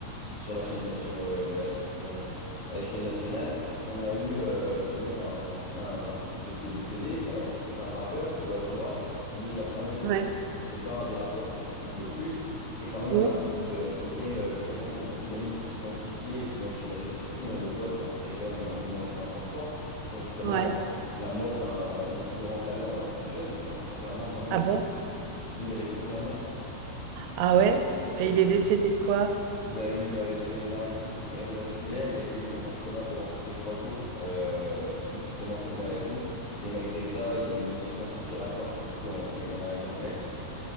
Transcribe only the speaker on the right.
Ouais.
Mmh.
Ouais.
Ah
bon?
Ah ouais? Et
il est décédé de quoi?